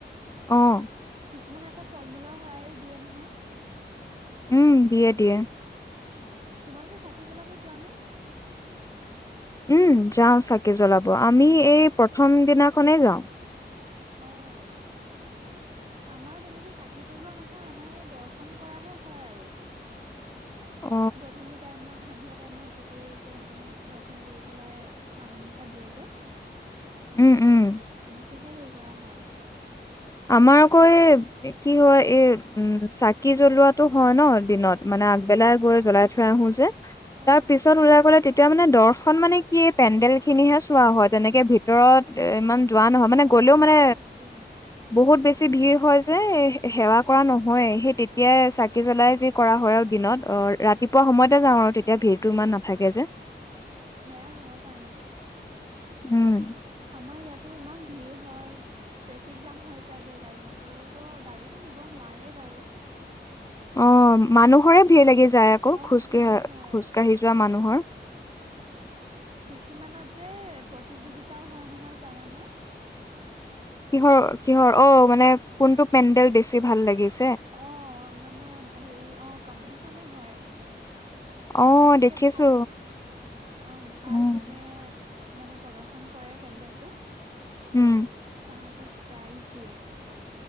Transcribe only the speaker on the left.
অ',
উম দিয়ে দিয়ে।
উম যাওঁ চাকি জ্বলাব, আমি এই প্ৰথম দিনাখনেই যাওঁ।
অ
উম উম।
আমাৰ আকৌ য়ে কি হয়, এই উম চাকি জ্বলোৱাটো হয় ন দিনত মানে আগবেলাই গৈ জ্বলাই থৈ আহো যে।
তাৰ পিছত ওলাই গ'লে তেতিয়া মানে দৰ্শ এখন মানে কি পেণ্ডেল খিনিহে চোৱা হয়, তেনেকে ভিতৰত ইমান যোৱা নহয় মানে
গ'লেও
মানে
বহুত বেছি ভিৰ হয় যে, সেৱা কৰা নহয়ে, সেই তেতিয়াই চাকি জ্বলাই যি কৰা হয় আৰু দিনত ৰাতিপুৱা সময়তে যাওঁ আৰু তেতিয়া ভিৰটো ইমান নাথাকে যে।
উম।
অ', মানুহৰে ভিৰ লাগি যায় আকৌ,
খোজ কাঢ়ে
খোজ কাঢ়ি যোৱা মানুহ। ঘৰ
কিহৰ কিহৰ অ', মানে কোনটো পেণ্ডেল বেছি ভাল লাগি
অ
দেখিছো
উম
উম।